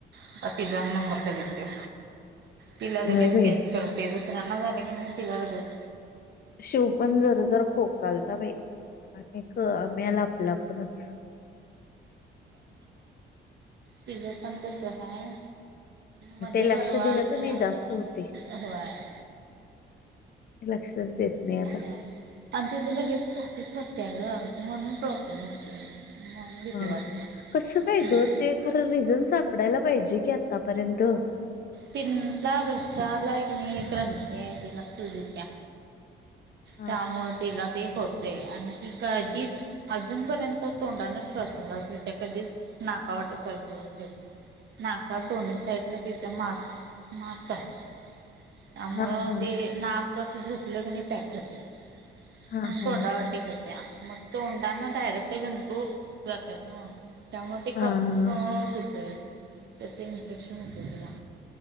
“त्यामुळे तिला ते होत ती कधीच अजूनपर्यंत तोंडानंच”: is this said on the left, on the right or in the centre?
Right